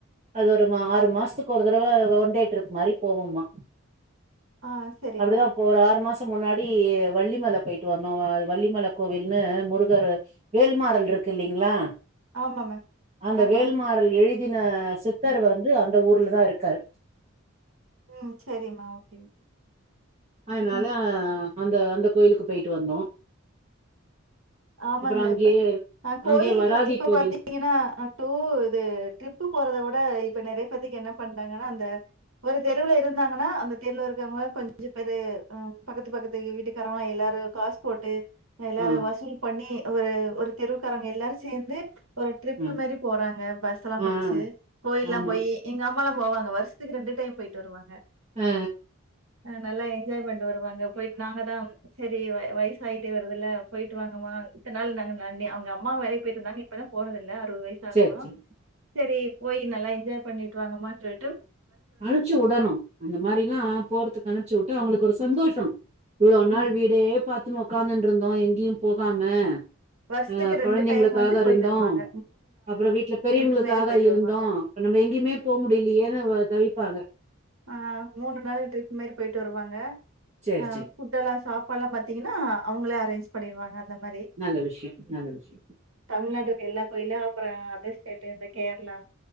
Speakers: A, on the right (about 30°); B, on the right (about 80°).
A: அது ஒரு மா ஆறு மாசத்துக்கு ஒரு தடவ ஒன் டே ட்ரிப் மாரி போவோமா
B: ஆ செரி
A: அப்டிதா
B: மேம்
A: இப்போ ஒரு ஆறு மாசம் மு முன்னாடி வள்ளிமல போய்ட்டு வந்தோ வ அது வள்ளிமல கோவில்னு முருகரு வேல்மாறல்ருக்கு <unintelligible>
B: ஆமா மேம்.
A: அந்த
B: ஆமா.
A: வேல்மாறல் எழு தின சித்தர் வந்து அந்த ஊர்லதா இருக்காரு
B: ம் சரிம்மா ஓகே ஓகே
A: அதுனால
B: ம்.
A: அந்த அந்த கோயிலுக்கு போய்ட்டு வந்தோ
B: ஆமாங்க
A: அப்புறோ அங்கேயே
B: இப்ப அ கோயிலுக்குல்லா
A: அங்கேயே வராகி
B: இப்ப
A: கோவில்
B: பாத்தீங்கன்னா டூ இது ட்ரிப்பு போறத வி இப்ப இப்ப நெறைய பேத்துக்கு என்ன பண்றாங்கனா அந்த ஒரு தெருவுல இருந்தாங்கனா அந்த தெருவுல இருக்குறவங்க கொஞ்ச பெரு ம் பக்கத்து பக்கத்து வீட்டுக்காரவங்க எல்லாரு காஸ் போட்டு எல்லாரு
A: ஆ
B: வசூல் பண்ணி ஒரு ஒரு தெருவுகாரங்க எல்லாரு சேந்து ஒரு ட்ரிப்பு
A: ஆ
B: மாரி போறாங்க பஸ்லா புடிச்சி
A: ஆ
B: கோயில்லா
A: ஆமா
B: போயி எங்க அம்மாலா போவாங்க வருச துக்கு ரெண்டு டைம் பொய்ட்டு வருவாங்க
A: ஆ
B: நல்லா என்ஜாய் பண்ட்டு வருவாங்க பொயிட்டு நாங்க தா செரி வய வயசாயிட்டே வருதுல்ல பொயிட் ஆமா இத்தநாள் நாங்க நா நி அவங்க அம்மா வேலைக்கு பொய்ட்ருந்தாங்க இப்பதா போறதே இல்ல அறுவது வயசு ஆகவு
A: சேரி சேரி
B: செரி போய் நல்லா என்ஜாய் பண்ணிட்டு வாங்கமானு சொல்ட்டு
A: அனுப்ச்சிவுடனு அந்த மாரிலா போறத்துக்கு அனுப்ச்சுட்டா அவுங்ளுக்கு ஒரு சந்தோஷோ இவ்ளோ நாள்
B: ம்.
A: வீடே பாத்துன்னு ஒக்காந்ட்ருந்தோ எங்யு போகாம
B: வருஷத்துக்கு
A: ஆ கொழந்தைங்களுக்காக
B: டைம் வந்து போயிட்டு
A: இருந்தோ
B: வருவாங்க.
A: அப்றோ வீட்ல பெரியவங்களுக்கா
B: ட்ரிப் மாரி
A: க
B: போயிட்டு
A: இருந்தோ
B: வருவாங்க.
A: இப்ப நம்ப எங்கிமே போ முடியலையேன்னு தவிப்பா
B: ஆ மூனு நாளு ட்ரிப் மாரி பொய்ட்டு வருவாங்க
A: சேரி
B: ஆ
A: சேரி
B: ஃபுட் எல்லா சாப்பாட்லா பாத்தீங்கன்னா அவங்களே அரேஞ்ச் பண்ணிர்வாங்க அந்த மாரி
A: நல்ல விஷயம் நல்ல விஷயம்
B: தமிழ்நாடு எல்லா கோயிலு அப்றோ அதர் ஸ்டேட்டு இந்த கேர்ளா